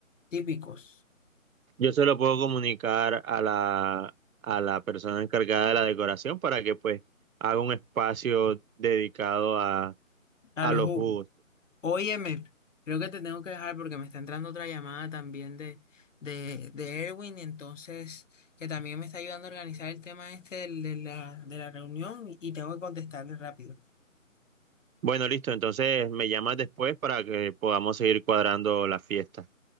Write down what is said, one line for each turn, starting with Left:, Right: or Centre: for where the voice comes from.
Left: típicos
Right: yo se lo puedo comunicar a la, a la persona encargada de la decoración para que pues haga un espacio dedicado a,
Left: a
Right: a
Left: los
Right: los
Left: jugos.
Right: jugos.
Left: Óyeme, creo que te tengo que dejar porque me está entrando otra llamada también de, de, de Erwin, entonces, que también me está ayudando a organizar el tema este del- de la, de la reunión y y tengo que contestarle rápido.
Right: Bueno, listo, entonces me llamas después para que podamos seguir cuadrando la fiesta.